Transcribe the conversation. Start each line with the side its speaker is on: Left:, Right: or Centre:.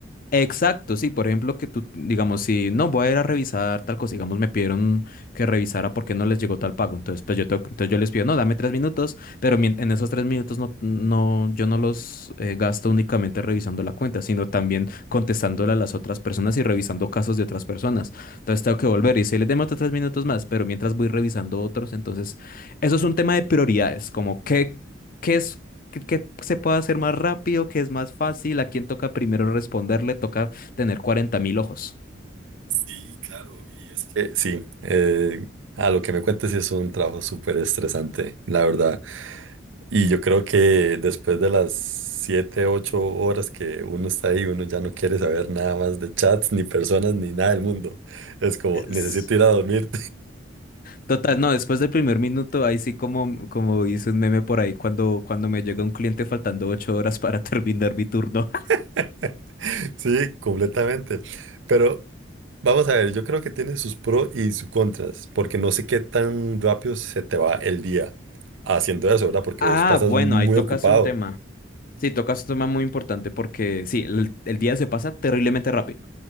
Left: Exacto, sí, por ejemplo, que tú, digamos, si no voy a ir a revisar tal cosa, digamos, me pidieron que revisara por qué no les llegó tal pago, entonces, pues yo tengo- entonces yo les pido, no, dame tres minutos, pero mien- en esos tres minutos no, no, yo no los eh, gasto únicamente revisando la cuenta, sino también contestándole a las otras personas y revisando casos de otras personas. Entonces tengo que volver y si les demora tres minutos más, pero mientras voy revisando otros, entonces, eso es un tema de prioridades, como qué, qué es que, que se puede hacer más rápido, que es más fácil,
Right: Ujú.
Left: a quién toca primero responderle, toca tener cuarenta mil ojos.
Right: Sí, claro. Y es que Eh, sí, eh, a lo que me cuentes sí es un trabajo súper estresante, la verdad. Y yo creo que después de las siete, ocho horas que uno está ahí, uno ya no quiere saber nada más de chats, ni personas, ni nada del mundo. Es como,
Left: Es-
Right: necesito ir a dormir.
Left: Total, no, después del primer minuto, ahí sí como, como hice un meme por ahí cuando, cuando me llega un cliente faltando ocho horas para <laughs> terminar mi turno.
Right: <laughs> Sí, completamente. Pero Vamos a ver, yo creo que tiene sus pros y sus contras, porque no sé qué tan rápido se te va el día haciendo eso, ¿verdad? Porque
Left: Ah,
Right: vos pasas
Left: bueno,
Right: muy
Left: ahí tocas
Right: ocupado.
Left: un tema. Sí, tocas un tema muy importante porque sí, el, el día se pasa terriblemente rápido.